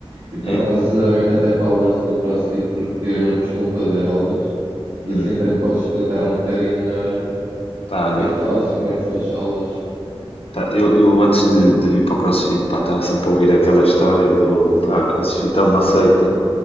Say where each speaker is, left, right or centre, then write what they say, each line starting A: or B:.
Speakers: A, on the right; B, on the left.
A: e por
B: É?
A: acaso ainda bem que até falas do CrossFit porque eu não costumo fazer aulas
B: Hum.
A: e assim até me podes explicar um bocadinho melhor
B: Pá,
A: o
B: olha,
A: que é que fazes e como é que são as aulas.
B: pá, eu, eu antes de, de vir para o CrossFit, pá, estava sempre a ouvir aquela história do, pá, CrossFit é uma seita.